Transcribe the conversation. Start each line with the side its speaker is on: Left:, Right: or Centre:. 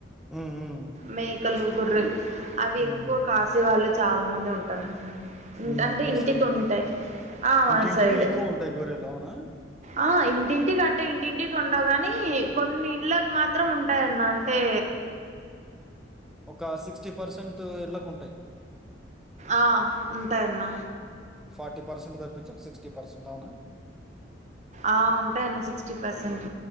Centre: ఉ ఉ
Right: మేకలు గొర్రెలు అవి
Centre: హ్మ్.
Right: ఎక్కువ కాసే వాళ్ళు చాల మంది ఉంటారు అన్న
Centre: మ్మ్.
Right: అంటే
Centre: మీ
Right: ఇంటికి
Centre: సైడ్
Right: ఉంటాయి ఆ మా
Centre: ఇంటింటికి
Right: సైడ్
Centre: ఎక్కువ ఉంటాయి గొర్రెలు అవునా
Right: ఆ ఇంటింటికి అంటే ఇంటింటికి ఉండవు కానీ కొన్ని ఇండ్ళలకు మాత్రం ఉంటాయన్న అంటే
Centre: ఒక సిక్స్టీ పర్సెంట్ ఇళ్ళకు ఉంటాయ్
Right: ఆ ఉంటాయన్న
Centre: ఫార్టీ పర్సెంట్ తప్పించి ఒక సిక్స్టీ పర్సెంట్ అవున
Right: ఆ ఉంటయి అన్న సిక్స్టీ పర్సెంట్